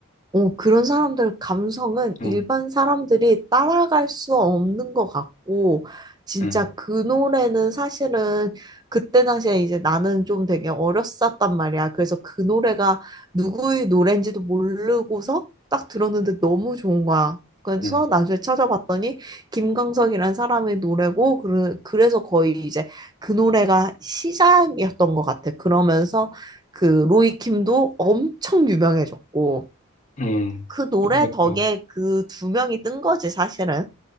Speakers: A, on the right; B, on the left.
A: 어, 그런 사람들 감성은
B: 응,
A: 일반 사람들이 따라갈 수 없는 것 같고, 진짜
B: 응,
A: 그 노래는 사실은 그때 당시에 이제 나는 좀 되게 어렸었단 말이야. 그래서 그 노래가 누구의 노래인지도 모르고서 딱 들었는데 너무 좋은 거야. 그래서
B: 응,
A: 나중에 찾아봤더니 김광석이라는 사람의 노래고, 그래- 그래서 거의 이제 그 노래가 시작이었던 것 같아. 그러면서 그 로이킴도 엄청 유명해졌고,
B: 응.
A: 그 노래
B: 그러니까.
A: 덕에 그 두 명이 뜬 거지, 사실은.